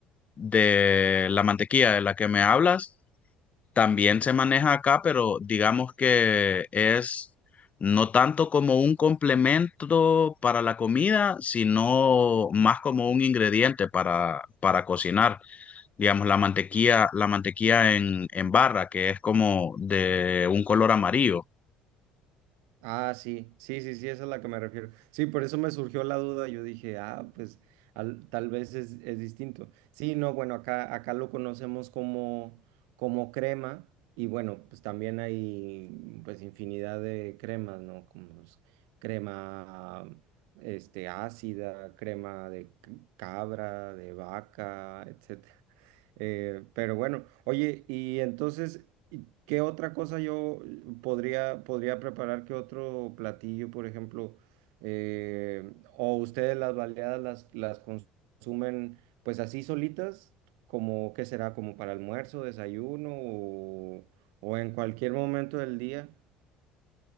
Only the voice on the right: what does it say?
Ah, sí, sí, sí, sí, esa es a la que me refiero. Sí, por eso me surgió la duda. Yo dije, ah, pues al- tal vez es, es distinto. Sí, no, bueno, acá, acá lo conocemos como, como crema y bueno, pues también hay pues infinidad de cremas, ¿no? Como pues, crema este, ácida, crema de c- cabra, de vaca, etcétera. Eh, pero bueno, oye, y entonces, ¿y ¿qué otra cosa yo podría, podría preparar? ¿Qué otro platillo, por ejemplo? Eh, ¿o ustedes las baleadas las, las consumen pues así solitas? ¿Como qué será? ¿Como para almuerzo, desayuno o, o en cualquier momento del día?